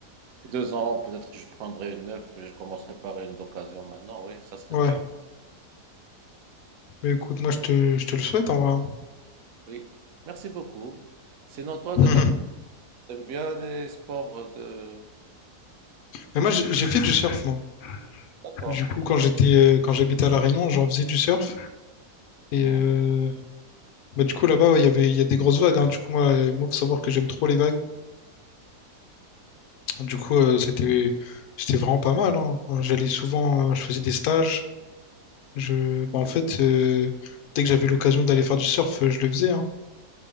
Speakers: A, on the right (about 65°); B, on the left (about 65°).
A: Deux ans, peut-être que je prendrai une neuf et je commencerai par une d'occasion maintenant, oui, ça serait
B: Ouais.
A: bien.
B: Mais écoute, moi, je te, je te le souhaite, en vrai. hein.
A: Oui, merci beaucoup. Sinon, toi,
B: <laughs>
A: de ta part, t'aimes bien les sports de...
B: Mais moi, j'ai j'ai fait du surf, moi.
A: D'accord.
B: Du coup, quand j'étais, euh, quand j'habitais à La Réunion, j'en faisais du surf. Et
A: Mhm.
B: euh, Bah, du coup, là-bas, ouais, il y avait, il y a des grosses vagues. hein. Du coup, moi, euh, moi, faut savoir que j'aime trop les vagues. Du coup, euh, c'était, c'était vraiment pas mal. hein. J'allais souvent, euh, je faisais des stages. Je, bah, en fait, euh, dès que j'avais l'occasion d'aller faire du surf, euh, je le faisais. hein.